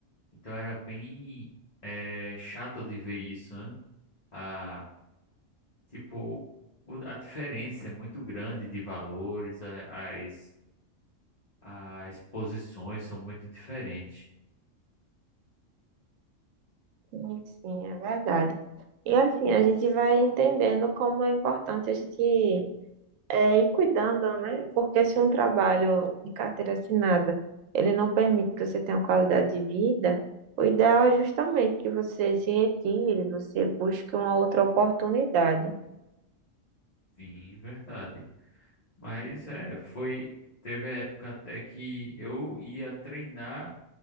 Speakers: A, on the left (about 35°); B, on the right (about 85°).
A: Então era bem eh, chato de ver isso, né? A, tipo, o- a diferença é muito grande de valores, a- as, as posições são muito diferentes.
B: Sim, sim, é verdade. E assim, a gente vai entendendo como é importante a gente é, e cuidando, né? Porque se um trabalho de carteira assinada, ele não permite que você tenha uma qualidade de vida, o ideal é justamente que você se retire, você busque uma outra oportunidade.
A: Sim, verdade. Mas é, foi. Teve a época até que eu ia treinar